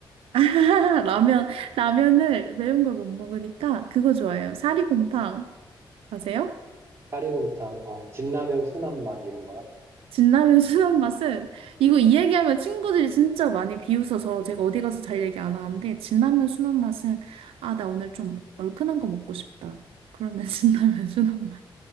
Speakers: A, on the right (about 80°); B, on the right (about 30°).
A: <laughs> 라면, 라면을 매운 걸 못 먹으니까 그거 좋아해요. 사리곰탕. 아세요?
B: 사리곰탕, 어, 진라면 순한 맛 이런 거요?
A: 진라면 <laughs> 순한 맛은, 이거 이 얘기하면 친구들이 진짜 많이 비웃어서 제가 어디 가서 잘 얘기 안 하는데, 진라면 순한 맛은, 아, 나 오늘 좀 얼큰한 거 먹고 싶다. 그러면 <laughs> 진라면 순한 맛.